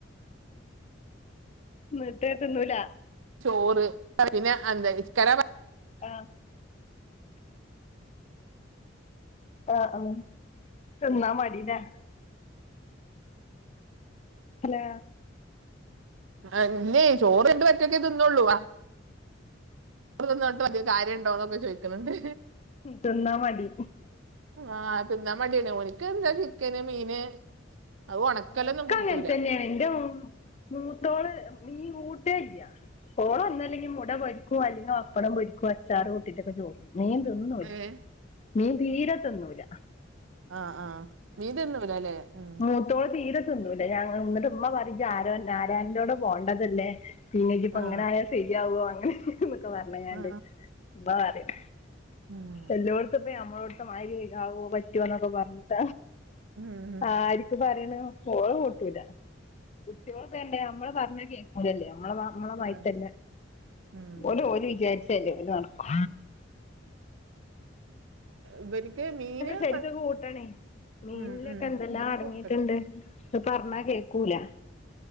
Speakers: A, on the left (about 35°); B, on the right (about 80°).
A: ന്നിട്ട് തിന്നൂല
B: ചോറ് പിന്നെ എന്ത ഇ <inaudible>
A: ആഹ് ആഹ് ഉം തിന്നമതി ലെ ഹലോ
B: അല്ലേ ചോറ് രണ്ട് വറ്റൊക്കെ തിന്നള്ളൂ തിന്നോട് കാര്യണ്ടോന്നൊക്കെ ചോദിക്ക്ണണ്ട്
A: തിന്നാ മടി
B: ആഹ് തിന്നാ മടിയന്നേണ് ഓൽക്ക് എന്താ ചിക്കന്, മീന് അത് ഉണക്കലൊന്നും
A: ഒക്കെ
B: കൂട്ടൂല
A: അങ്ങനെ തന്നെയാണ് എന്റെ മൂത്തോള് മീൻ കൂട്ടേല്ല്യ ഓള് ഒന്ന അല്ലെങ്കിൽ മുട പൊരിക്കു അല്ലെങ്കോ പപ്പടം പൊരിക്കോ അച്ചാറ് കൂട്ടിട്ടൊക്കെ ചോറ്ന്നും മീൻ തിന്നൂല
B: ഏ
A: മീൻ തീരെ തിന്നൂല
B: ആഹ് ആഹ് നീ തിന്നൂല ലെ ഉം
A: മുത്തോള് തീരെ തിന്നൂല. ഞാൻ ന്നെട്ട് മ്മ പറയും. ജാരാൻ്റോടെ പോണ്ടതല്ലേ പിന്നെജിപ്പോ
B: ആ
A: ങ്ങനായാ ശരിയാവുവോന്നൊക്കെപർഞ്ഞ് ക്കാണ്ട്
B: ആ
A: മ്മ പറ്യും
B: ഉം
A: എല്ലോടത്തുംപ്പ നമ്മളോട്ത്ത മാരി കാവോ പറ്റുവോ ന്നൊക്കെ പറഞ്ഞിട്ട
B: ഉം
A: ആര് പറയണ ഓള് കൂട്ടൂല കുട്ട്യോള് പ്പൊങ്ങനെ നമ്മള് പറഞ്ഞാ കേക്കൂലല്ലേ നമ്മള നമ്മളെ മായ്‌ര്ത്തല്ല
B: അത് ഉം
A: ഓല് ഓല് വിചാരിച്ചയ്‌രിയ നടക്കൊ
B: ഇവര്ക്ക് മീന്
A: ശരിക്ക്
B: പ
A: കൂട്ടണേ മീൻലൊക്കെ
B: ഉം ഉം
A: എന്തെല്ലാ
B: മീൻ
A: അടങ്ങിട്ടുണ്ട്
B: കൂട്ടണം
A: പർഞ്ഞാ കേക്കൂല